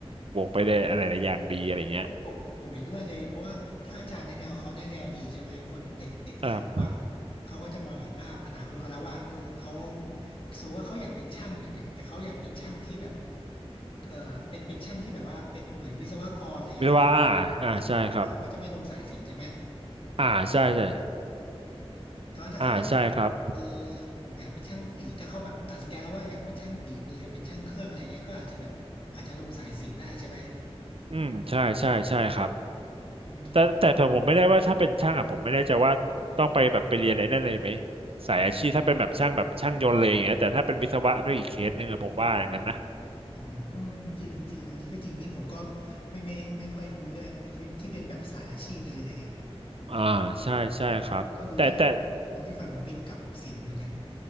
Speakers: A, on the right; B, on the left.
A: บวกไปได้อะไรหลายอย่างดีอะไรเงี้ย
B: ใช่ผมผมเห็นด้วยเลยเพราะว่าถ้าอาจารย์แนะแนวเขาแนะแนวดีใช่ไหมคนเด็กเด็กที่เขาฟังอะเขาก็จะมองเห็นภาพอนาคตเขาแล้วว่าเออเขา
A: ครับ
B: สมมติว่าเขาอยากเป็นช่างอย่างเงี้ยแต่เขาอยากเป็นช่างที่แบบเออเป็นเป็นช่างที่แบบว่าเป็นเหมือนวิศวกรอะไรเงี้ยเขา
A: วิศวะอ่าอ่าใช่ครับ
B: อ่าเขาเขาก็จะไม่ลงสายศิลป์ใช่ไหม
A: อ่าใช่ใช่
B: แต่ว่าถ้าเขาอยากเป็น
A: อ่าใช่ครับ
B: มืออยากเป็นช่างฝีถ้าเขาแบบตัดสินใจแล้วว่าอยากเป็นช่างฝีมืออยากเป็นช่างเครื่องอะไรเงี้ยก็อาจจะแบบอาจจะลงสายศิลป์ได้ใช่ไหม
A: อืมใช่ใช่ใช่ครับ
B: อืม
A: แต่แต่แต่ผมไม่ได้ว่าถ้าเป็นช่างอ่ะผมไม่แน่ใจว่าต้องไปแบบไปเรียนอะไรนั่นเลยไหมสายอาชีพถ้าเป็นแบบช่างแบบช่างยนต์เลยอย่างเงี้ยแต่ถ้าเป็นวิศวะก็อีกเคสหนึ่งอะผมว่าอย่างนั้นนะ
B: อ๋อเออจริงจริงอันนี้ก็จริงนี่ผมก็ไม่ไม่ไม่ค่อยรู้ด้วยเป็นที่ที่เป็นแบบสายอาชีพเลยอะไรเงี้ย
A: อ่าใช่ใช่ครับแต่แต่
B: รู้ก็รู้แค่แบบรู้แค่ฝั่งวิทย์กับศิลป์เหมือนกัน